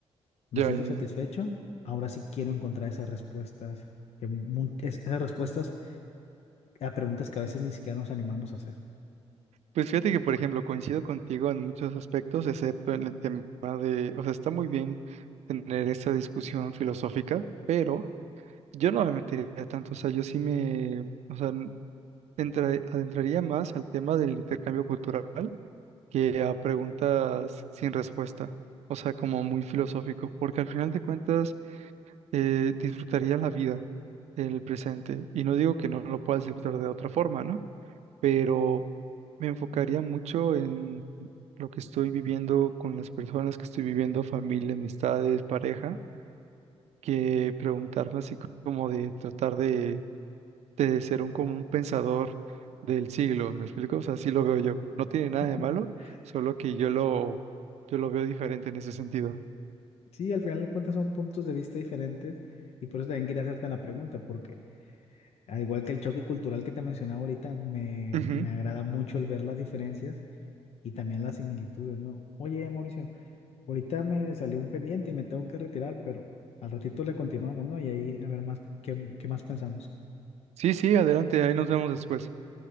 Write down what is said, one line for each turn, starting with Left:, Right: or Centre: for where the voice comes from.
Left: me
Right: ya,
Left: siento
Right: ya,
Left: satisfecho.
Right: ya.
Left: Ahora sí quiero encontrar esas respuestas, que mu- es- esas respuestas a preguntas que a veces ni siquiera nos animamos a hacer.
Right: Pues fíjate que, por ejemplo, coincido contigo en muchos aspectos, excepto en el tema de, o sea, está muy bien tener esta discusión filosófica, pero yo no me metería tanto, o sea, yo sí me, o sea, entra- adentraría más al tema del intercambio cultural que a preguntas sin respuesta, o sea, como muy filosófico, porque al final de cuentas eh, disfrutaría la vida, el presente, y no digo que no lo puedas disfrutar de otra forma, ¿no? Pero me enfocaría mucho en lo que estoy viviendo con las personas que estoy viviendo, familia, amistades, pareja, que preguntarme así como de tratar de de ser un como un pensador del siglo, ¿me explico? O sea, así lo veo yo. No tiene nada
Left: <laughs>
Right: de malo, solo que yo lo, yo lo veo diferente en ese sentido.
Left: Sí, al final de cuentas son puntos de vista diferentes y por eso también quería hacerte la pregunta, porque al igual que el choque cultural que te mencionaba ahorita, me,
Right: Ujú.
Left: me agrada mucho el ver las diferencias y también las similitudes, ¿no? Oye, Mauricio, ahorita me salió un pendiente y me tengo que retirar, pero al ratito le continuamos, ¿no? Y ahí a ver más, qué, qué más pensamos.
Right: Sí, sí, adelante, ahí nos vemos después.